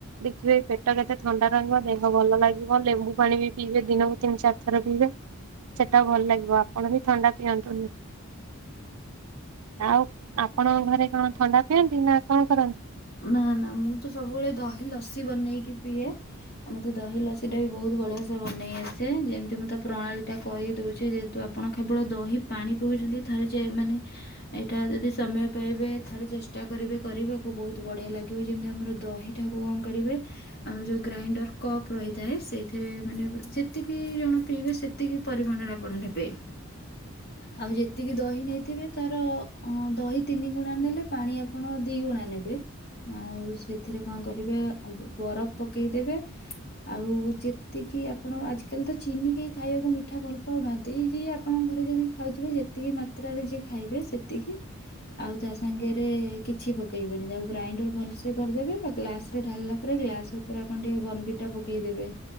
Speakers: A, on the right; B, on the left.
A: ଦେଖିବେ ପେଟ କେତେ ଥଣ୍ଡା ରହିବ ଦେହ ଭଲ ଲାଗିବ ଲେମ୍ବୁ ପାଣି ବି ପିଇବେ ଦିନକୁ ତିନ୍ ଚାରି ଥର ପିଇବେ ସେଟା ଭଲ ଲାଗିବ ଆପଣ ବି ଥଣ୍ଡା ପିଅନ୍ତୁନି। ଆଉ। ଆପଣଙ୍କ ଘରେ କଣ ଥଣ୍ଡା ଖେନ୍ତି ନା କଣ କରନ୍ତି?
B: ଆ ନା ନା ମୁଁ ତ ସବୁବେଳେ ଦହି ଲସି ବନେଇକି ପିଏ ଆମେ ତ ଦହି ଲସି ଟା ବି ବହୁତ ବଢିଆସେ ବନେଇ ଆସେ ଯେମିତି ମୁଁ ତାକୁ ପ୍ରଣାଳୀ ଟା କହିଦଉଛି ଯେହେତୁ ଆପଣ କେବଳ ଦହି ପାଣି ପିଉଛନ୍ତି, ଥରେ ଯେ ମାନେ ଏଇଟା ଯଦି ସମୟ ପାଇବେ ଥରେ ଚେଷ୍ଟା କରିବେ କରିବାକୁ ବହୁତ ବଢିଆ ଲାଗିବ ଯେମିତି ଆମର ଦହିଟାକୁ କଣ କରିବେ ଆମେ ଯୋଉ ଗ୍ରାଇଣ୍ଡର କପ୍ ରହିଥାଏ ସେଇଥିରେ ମାନେ ଯେତିକି ଜଣ ପିଇବେ ସେତିକି ପରିମାଣରେ ଆପଣ ନେବେ ଆଉ ଯେତିକି ଦହି ନେଇଥିବେ ତାର ଅଁ ଦହି ତିନି ଗୁଣା ନେଲେ ପାଣି ଆପଣ ଦି ଗୁଣା ନେବେ। ଆଉ ସେଥିରେ କଣ କରିବେ ଆବୁ ବରଫ ପକେଇଦେବେ ଆଉ ଯେତିକି ଆପଣ ଆଜିକାଲିତ ଚିନି କେହି ଖାଇବାକୁ ମିଠା ଭଲ ପାଉନାହାନ୍ତି ଯିଏ ଆପଣଙ୍କ ଘରେ ଯଦି ଖାଉଥିବେ ଯେତିକି ମାତ୍ରାରେ ଯିଏ ଖାଇବେ ସେତିକି ଆଉ ତା ସାଙ୍ଗରେ କିଛି ପକେଇବେନି। ଗ୍ରାଇଣ୍ଡର ଭଲସେ କରିଦେବେ ବା ଗ୍ଲାସରେ ଢାଳିଲା ପରେ ଗ୍ଲାସ ଉପରେ ଆପଣ ଟିକେ ବନବିଟା ପକେଇଦେବେ,